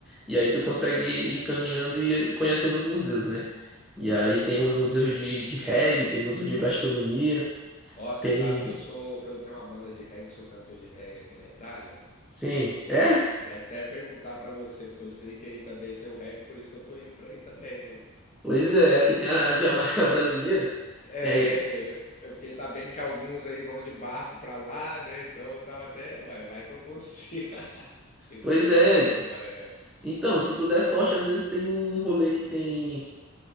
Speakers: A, in the centre; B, on the left (about 35°).
A: E aí
B: sim.
A: tu consegue ir caminhando e conhecendo os museus, né? E aí tem os museus de, de reggae, tem museu de gastronomia,
B: Ó, você
A: tem.
B: sabe que eu sou, que eu tenho uma banda de reggae, sou cantor de reggae aqui na Itália. né?
A: Sim, é?
B: E, a- e até perguntar para você, porque eu sei que aí também tem o reggae, por isso que eu tô indo para aí também, né?
A: Pois é, aqui tem a Jamaica <laughs> brasileira.
B: É,
A: que é-
B: eu eu fiquei sabendo que alguns aí vão de barco pra lá, né? Então eu tava até, uai, vai que eu consigo <laughs> ir
A: pois
B: pra Jamaica
A: é.
B: do Maranhão.
A: Então, se tu der sorte, às vezes tem um rolê que tem